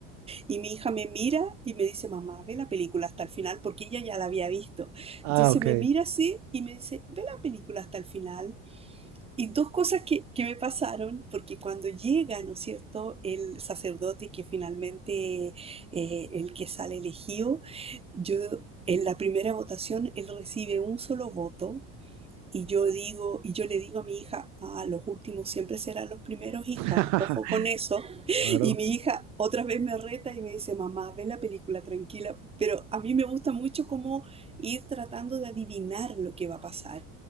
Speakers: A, on the right (about 20°); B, on the right (about 70°).
A: Y mi hija me mira y me dice, mamá, ve la película hasta el final, porque ella ya la había visto.
B: Ah,
A: Entonces
B: ok.
A: me mira así y me dice, ve la película hasta el final. Y dos cosas que, que me pasaron, porque cuando llega, ¿no es cierto?, el sacerdote que finalmente eh, el que sale elegido, yo en la primera votación él recibe un solo voto y yo digo, y yo le digo a mi hija, ah, los últimos siempre serán los primeros, hija,
B: <laughs>
A: ojo con eso. <laughs>
B: Claro.
A: Y mi hija otra vez me reta y me dice, mamá, ve la película tranquila. Pero a mí me gusta mucho cómo ir tratando de adivinar lo que va a pasar.